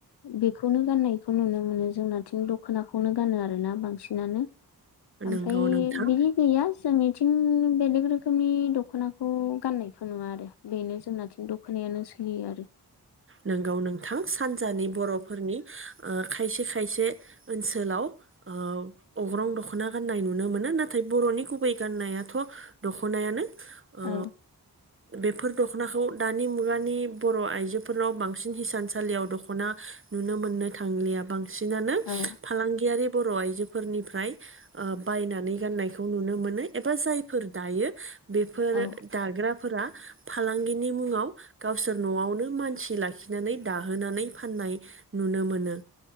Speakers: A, on the left; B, on the right.
A: बेखौनो गाननाय बेखौ नुनो मोनो जोंनाथिं दख'नाखौनो गानो आरोना बांसिनानो ओमफ्राय
B: नोंगौ नोंथां
A: बिदि गैया जोंनि थिं बेलेग रोखोमनि दख'नाखौ गाननायखौ नुवा आरो बेनो जोंनाथिं दख'नायानो सोलियो आरो
B: नोंगौ नोंथां सानजानि बर'फोरनि ओ खायसे खायसे ओनसोलाव ओ अग्रं दख'ना गाननाय नुनो मोनो नाथाय बे बर'नि गुबै गान्नायाथ' दख'नायानो ओ
A: औ
B: बेफोर दख'नाखौ दानि मुगानि बर' आइजो फोरनाव बांसिन हिसानसालियाव दख'ना नुनो मोननो थांलिया बांसिन बांसिनानो
A: औ
B: फालांगियारि बर' आइजोफोरनिफ्राय ओ बायनानै गाननायखौ नुनो मोनो एबा जायफोर दायो बेफोर
A: औ
B: दाग्राफोरा फालांगिनि मुङाव गावसोर न'आवनो मान सि लाखिनानै दाहोनानै फाननाय नुनो मोनो